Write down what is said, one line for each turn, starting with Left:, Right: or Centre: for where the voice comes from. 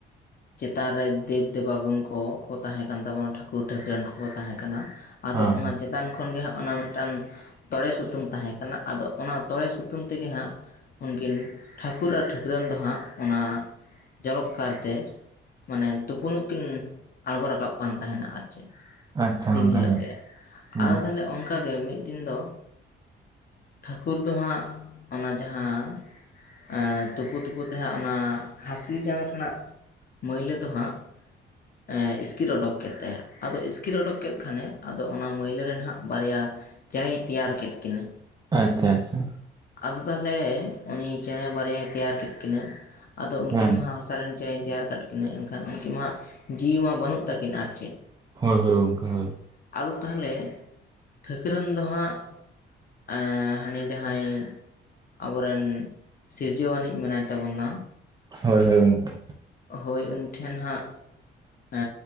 Left: ᱪᱮᱛᱟᱱ ᱨᱮ ᱫᱮᱵᱽ ᱫᱮᱵᱟᱜᱚᱱ ᱠᱚ ᱠᱚ ᱛᱟᱦᱮᱸ ᱠᱟᱱ ᱛᱟᱵᱚᱱᱟ ᱴᱷᱟᱹᱠᱩᱨ ᱴᱷᱟᱹᱠᱨᱟᱹᱱ ᱠᱚᱠᱚ ᱛᱟᱦᱮᱸ ᱠᱟᱱᱟ ᱟᱫᱚ
Right: ᱦᱮᱸ
Left: ᱚᱱᱟ ᱪᱮᱛ ᱪᱮᱛᱟᱱ ᱠᱷᱚᱱ ᱜᱮ ᱦᱟᱸᱜ ᱚᱱᱟ ᱢᱤᱫᱴᱟᱝ ᱛᱚᱲᱮ ᱥᱩᱛᱟᱹᱢ ᱛᱟᱦᱮᱸ ᱠᱟᱱᱟ ᱟᱫᱚ ᱚᱱᱟ ᱛᱚᱲᱮ ᱥᱩᱛᱟᱹᱢ ᱛᱮᱜᱮ ᱦᱟᱸᱜ ᱩᱱᱠᱤᱱ ᱴᱷᱟᱹᱠᱩᱨ ᱟᱨ ᱴᱷᱟᱹᱠᱨᱟᱹᱱ ᱫᱚ ᱦᱟᱸᱜ ᱚᱱᱟ ᱡᱚᱨᱚᱠ ᱠᱟᱨᱛᱮ ᱢᱟᱱᱮ ᱛᱩᱯᱩᱱᱩᱜ ᱠᱤᱱ ᱟᱸᱬᱜᱚ ᱨᱟᱠᱟᱵ ᱠᱟᱱ ᱛᱟᱦᱮᱱᱟ ᱟᱨ ᱪᱮᱫ
Right: ᱟᱪᱪᱷᱟ
Left: ᱫᱤᱱ
Right: ᱜᱚᱝᱠᱮ
Left: ᱦᱤᱞᱳᱜ
Right: ᱦᱮᱸ
Left: ᱜᱮ
Right: ᱦᱮᱸ
Left: ᱟᱫᱚ ᱛᱟᱦᱚᱞᱮ ᱚᱱ ᱠᱟ ᱜᱮ ᱢᱤᱫ ᱫᱤᱱ ᱫᱚ ᱴᱷᱟᱹᱠᱩᱨ ᱫᱚ ᱦᱟᱸᱜ ᱚᱱᱟ ᱡᱟᱦᱟᱸ ᱮᱸ ᱛᱩᱯᱩ ᱛᱩᱯᱩ ᱛᱮ ᱦᱟᱸᱜ ᱚᱱᱟ ᱦᱟᱸᱥᱞᱤ ᱡᱟᱝ ᱨᱮᱱᱟᱜ ᱢᱟᱹᱭᱞᱟᱹ ᱫᱚ ᱦᱟᱸᱜ ᱮᱜ ᱤᱥᱠᱤᱨ ᱚᱰᱚᱠ ᱠᱮᱫ ᱛᱟᱭᱟ ᱟᱫᱚ ᱤᱥᱠᱤᱨ ᱚᱰᱚᱠ ᱠᱮᱫ ᱠᱷᱟᱱᱮ ᱟᱫᱚ ᱚᱱᱟ ᱢᱟᱹᱭᱞᱟᱹ ᱨᱮ ᱦᱟᱸᱜ ᱵᱟᱨᱭᱟ ᱪᱮᱬᱮᱭ ᱛᱮᱭᱟᱨ ᱠᱮᱫ ᱠᱤᱱᱟᱭ
Right: ᱟᱪᱪᱷᱟ ᱟᱪᱪᱷᱟ
Left: ᱟᱫᱚ ᱛᱟᱦᱚᱞᱮ ᱩᱱᱤ ᱪᱮᱬᱮ ᱵᱟᱨᱭᱟᱭ ᱛᱮᱭᱟᱨ ᱠᱮᱫ ᱠᱤᱱᱟᱹ ᱟᱫᱚ ᱩᱱᱠᱤᱱ
Right: ᱦᱮᱸ
Left: ᱢᱟᱦᱟᱸᱜ ᱥᱟᱨᱮᱱ ᱪᱮᱬᱮᱭ ᱛᱮᱭᱟᱨ ᱠᱟᱫ ᱠᱤᱱᱟᱹ ᱮᱱᱠᱷᱟᱱ ᱩᱱᱠᱤᱱ ᱢᱟ ᱡᱤᱣᱤ ᱢᱟ ᱵᱟᱹᱱᱩᱜ ᱛᱟᱹᱠᱤᱱᱟ ᱟᱨ ᱪᱮᱫ
Right: ᱦᱳᱭ ᱦᱳᱭ ᱜᱚᱝᱠᱮ ᱦᱳᱭ
Left: ᱟᱫᱚ ᱛᱟᱦᱚᱞᱮ ᱴᱷᱟᱹᱠᱨᱟᱹᱱ ᱫᱚ ᱦᱟᱸᱜ ᱮᱸ ᱦᱟᱱᱤ ᱡᱟᱸᱦᱟᱸᱭ ᱟᱵᱚᱨᱮᱱ ᱥᱤᱨᱡᱟᱹᱣᱟᱱᱤᱡ ᱢᱮᱱᱟᱭ ᱛᱟᱵᱚᱱᱟ
Right: ᱦᱳᱭ ᱦᱳᱭ ᱜᱚᱢᱠᱮ
Left: ᱦᱳᱭ ᱩᱱᱤᱴᱷᱮᱱ ᱦᱟᱸᱜ ᱮ